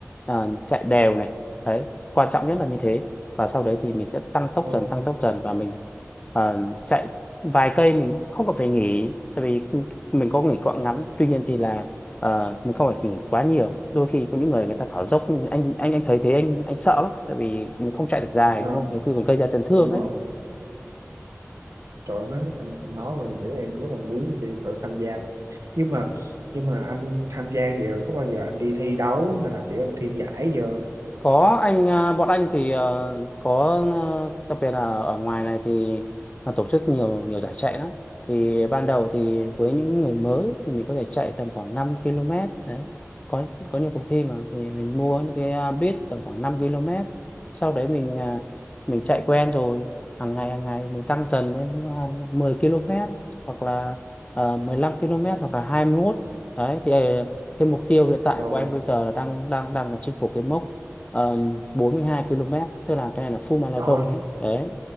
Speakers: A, on the left; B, on the right.
A: à, chạy đều này đấy quan trọng nhất là như thế và sau đấy thì mình sẽ tăng tốc
B: ờ,
A: dần tăng tốc dần và mình à, chạy vài cây mình không cần phải nghỉ tại vì mình có nghỉ quãng ngắn tuy nhiên thì là à, mình không phải nghỉ quá nhiều đôi khi có những người người ta thở dốc anh anh anh thấy thế anh anh sợ lắm tại vì mình không chạy được dài
B: ờ,
A: đúng không nhiều khi còn gây ra chấn thương
B: đúng rồi.
A: đấy
B: Trời ơi, nói anh nói rồi để em rất là muốn đi thử tham gia rồi. Nhưng mà nhưng mà anh tham gia vậy rồi có bao giờ anh đi thi đấu hay là kiểu anh thi giải giờ?
A: có anh à, bọn anh thì à, có à, đặc biệt là ở ngoài này thì nó tổ chức nhiều nhiều giải chạy lắm thì ban đầu thì với những người mới thì mình có thể chạy tầm khoảng 5 km đấy có có nhiều cuộc thi mà thì mình mua những cái à, bit tầm khoảng 5 km sau đấy mình à, mình chạy quen rồi hàng ngày hàng ngày mình tăng dần lên à, 10 km hoặc là uh, 15 km hoặc là 21 đấy thì à, cái mục tiêu hiện tại
B: Rồi,
A: của anh bây giờ là đang đang đang là chinh phục cái mốc um, 42 km tức là cái này là full marathon
B: rồi.
A: nhé đấy